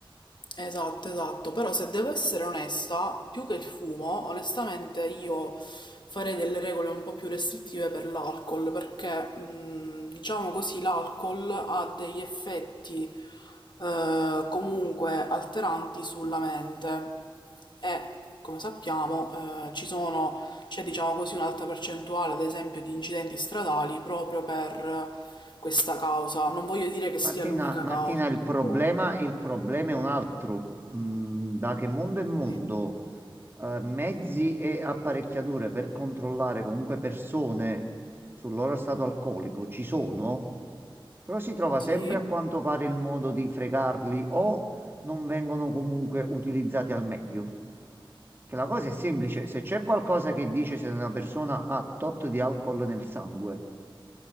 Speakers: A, on the left (about 55°); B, on the right (about 25°).
A: Esatto, esatto, però se devo essere onesta, più che il fumo, onestamente io farei delle regole un po' più restrittive per l'alcol, perché mh, diciamo così l'alcol ha degli effetti eh, comunque alteranti sulla mente e come sappiamo eh, ci sono, c'è diciamo così un'alta percentuale ad esempio di incidenti stradali proprio per questa causa. Non voglio dire che sia
B: Martina,
A: l'unica
B: Martina,
A: causa,
B: il
A: che
B: problema,
A: può-
B: il problema è un altro. Mm, da che mondo è mondo,
A: sì,
B: eh, mezzi e apparecchiature per controllare comunque persone sul loro stato alcolico ci sono, però si trova
A: sì.
B: sempre a quanto pare il modo di fregarli o non vengono comunque utilizzati al meglio. Che la cosa è semplice, se c'è qualcosa che dice se una persona ha tot di alcol nel sangue